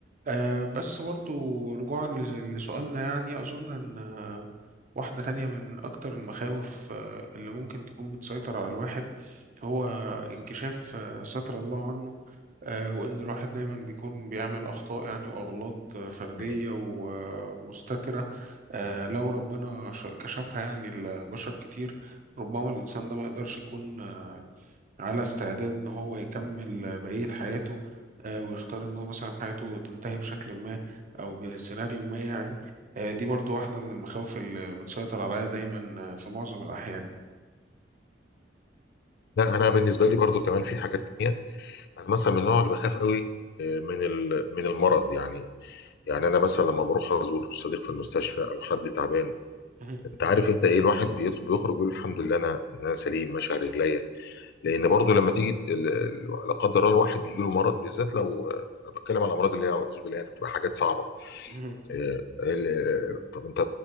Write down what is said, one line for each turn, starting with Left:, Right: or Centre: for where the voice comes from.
Right: أه بس برضو رجوعا لس- لسؤالنا يعني أظن إن آه، واحدة تانية من أكتر المخاوف آه، اللي ممكن تكون بتسيطر على الواحد هو انكشاف آه، ستر الله عنه آه، وإن الواحد دايما بيكون بيعمل أخطاء يعني وأغلاط آه، فردية
Left: م.
Right: ومستترة آه، لو ربنا ش- كشفها يعني لبشر كتير ربما الإنسان ده ما يقدرش يكون آه، على استعداد ان هو يكمل بقية حياته آه، ويختار ان هو مثلا حياته تنتهي بشكل ما او بسيناريو ما يعني آه، دي برضو واحدة من المخاوف اللي بتسيطر عليا دايما آه، في معظم الاحيان
Left: لا انا بالنسبه لي برضو كمان في حاجات تانية انا مثلا من النوع اللي بخاف قوي آه، من ال... من المرض يعني يعني انا مثلا لما بروح ازور صديق في المستشفى او حد تعبان
Right: مهم.
Left: انت عارف انت ايه الواحد بيدخل بيخرج بيقول الحمد لله انا إن انا سليم ماشي على رجليا لان برضو لما تيجي ت- ال- ال- لا قدر الله الواحد بيجي له مرض بالذات لو آه، انا بتكلم على الامراض اللي هي اعوذ بالله يعني بتبقى حاجات صعبه
Right: مهم.
Left: آه، ال- آه، طب انت